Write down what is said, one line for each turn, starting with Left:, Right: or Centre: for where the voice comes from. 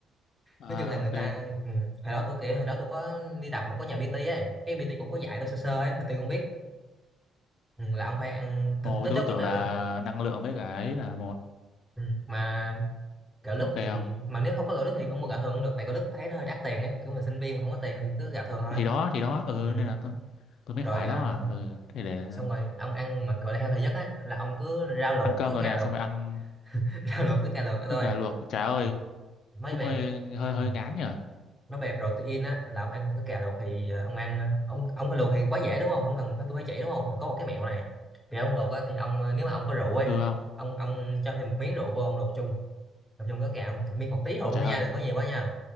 Left: à
Centre: nói chung là người
Left: ok
Centre: ta ừ, hồi đó tôi kiểu hồi đó tôi có đi tập mà có nhà PT ấy cái PT cũng có dạy tôi sơ sơ ấy nên tôi cũng biết ừ, là ông phải ăn
Left: ồ
Centre: thịt nó
Left: tôi
Centre: chốt
Left: cứ tưởng
Centre: nhất là
Left: là
Centre: được
Left: năng lượng với cả ấy là một
Centre: ừ, mà gạo lứt
Left: ok không
Centre: thì mà nếu không có gạo lứt thì ông mua gạo thường cũng được tại gạo lứt thấy nó hơi đắt tiền ấy kiểu mình sinh viên mà không có tiền thì cứ gạo thường thôi
Left: thì đó thì đó ừ
Centre: ừ.
Left: nên là tôi tôi mới
Centre: rồi
Left: hỏi
Centre: à,
Left: đó à ừ thế để
Centre: xong rồi ông ăn mà gọi là healthy nhất á là ông cứ rau luộc
Left: ăn cơm
Centre: ức
Left: rồi
Centre: gà
Left: nè
Centre: luộc
Left: xong rồi ăn
Centre: <laughs> rau luộc ức gà luộc thôi
Left: ức gà luộc trời ơi
Centre: ừ. mới
Left: cũng
Centre: về
Left: hơi hơi hơi
Centre: ừ.
Left: ngán nhở
Centre: nói về protein á là ông ăn ức gà luộc thì ờ, ông ăn ờ, ông ông cái luộc thì quá dễ đúng không không cần phải tôi phải chỉ đúng không Rồi có một cái mẹo này thì ông luộc á thì ông ờ, nếu mà ông có rượu ấy
Left: được không
Centre: ông ông cho thêm một miếng rượu vô ông luộc chung luộc chung với ức gà ông miếng một tí rượu
Left: trời
Centre: thôi
Left: ơi
Centre: nha đừng có nhiều quá nha